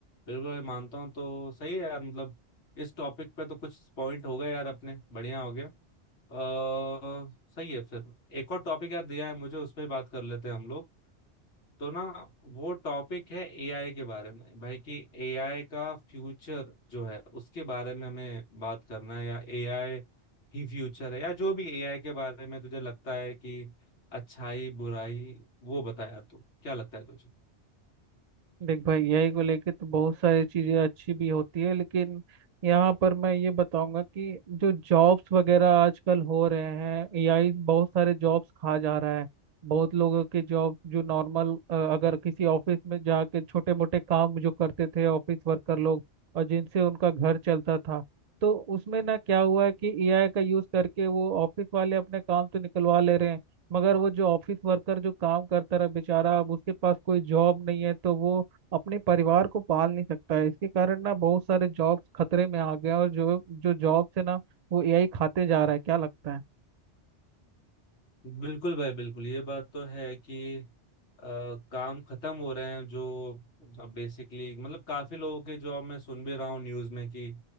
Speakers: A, on the left; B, on the right.
A: बिल्कुल मैं मानता हूँ तो सही है यार मतलब इस टॉपिक पे तो कुछ पॉइंट हो गए यार अपने बढ़िया हो गया अ सही है फिर एक और टॉपिक यार दिया है मुझे उस पर बात कर लेते हैं हम लोग तो ना वो टॉपिक है एआई के बारे में भाई कि एआई का फ्यूचर जो है उसके बारे में हमें बात करना है या एआई ही फ्यूचर है या जो भी एआई के बारे में तुझे लगता है कि अच्छाई बुराई वो बता यार तू क्या लगता है तुझे
B: देख भाई यही को लेके तो बहुत सारी चीज़ें अच्छी भी होती है लेकिन यहाँ पर मैं ये बताऊंगा कि जो जॉब्स वगैरह आजकल हो रहे हैं एआई बहुत सारे जॉब्स खा जा रहा है बहुत लोगों के जॉब जो नॉर्मल अगर किसी ऑफिस में जाके छोटे मोटे काम जो करते थे ऑफिस वर्कर लोग और जिनसे उनका घर चलता था तो उसमें ना क्या हुआ है कि एआई का यूज़ करके वो ऑफिस वाले अपने काम तो निकलवा ले रहे हैं मगर वो जो ऑफिस वर्कर जो काम करता रहा बेचारा अब उसके पास कोई जॉब नहीं है तो वो अपने परिवार को पाल नहीं सकता है इसके कारण ना बहुत सारे जॉब खतरे में आ गए हैं और जो जो जॉब से ना वो एआई खाते जा रहा है क्या लगता है
A: बिल्कुल भाई बिल्कुल ये बात तो है कि अ, काम खत्म हो रहे हैं जो अब बेसिकली मतलब काफी लोगों के जॉब मैं सुन भी रहा हूँ न्यूज में कि अ,